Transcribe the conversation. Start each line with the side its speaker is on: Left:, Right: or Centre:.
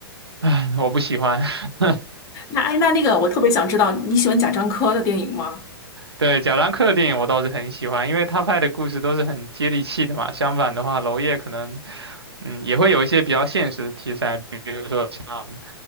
Right: 唉，我不喜欢。<laughs>
Left: 那哎，那那个我特别想知道，你喜欢贾樟柯的电影吗？
Right: 对，贾樟柯的电影我倒是很喜欢，因为他拍的故事都是很接地气的嘛。相反的话，娄烨可能，嗯，也会有一些比较现实的题材，比如说像